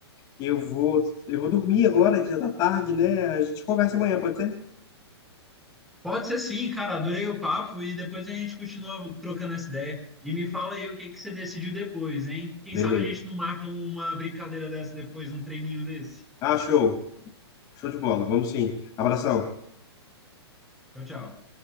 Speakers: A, on the left; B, in the centre.
A: Eu vou, eu vou dormir agora, que já tá tarde, né? A gente conversa amanhã, pode ser?
B: Pode ser sim, cara. Adorei o papo e depois a gente continua trocando essa ideia. E me fala aí o que que você decidiu depois, hein? Quem
A: Beleza.
B: sabe a gente não marca uma brincadeira dessa depois, um treininho desse.
A: Ah, show. Show de bola. Vamos sim. Abração.
B: Tchau, tchau.